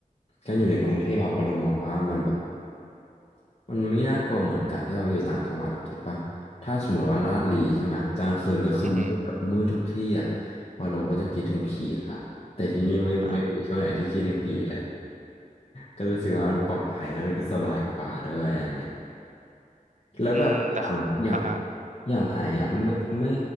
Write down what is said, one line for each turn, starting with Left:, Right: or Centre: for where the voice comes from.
Left: การอยู่ในกรุงเทพอะวาโลมมองว่ามันแบบมันไม่น่ากลัวเหมือนการที่เราอยู่ต่างจังหวัดอะคิดป่ะถ้าสมมติว่าลาดลีใช่ไหมตอนกลางคืนก็คือมืดแบบมืดทุกที่อะ
Right: อืมอหือ
Left: วอลโลก็จะคิดถึงผีละแต่ที่นี่ไม่ไม่มีช่วงไหนที่คิดถึงผีเลย
Right: อ่า
Left: ก็รู้สึกว่ามันปลอดภัยแล้วมันก็สบายกว่าด้วยอะไรเงี้ยแล้วแบบอย่างอย่าง
Right: อืมแต่ขออ่าฮะ
Left: อย่างไอ้อะไม่ไม่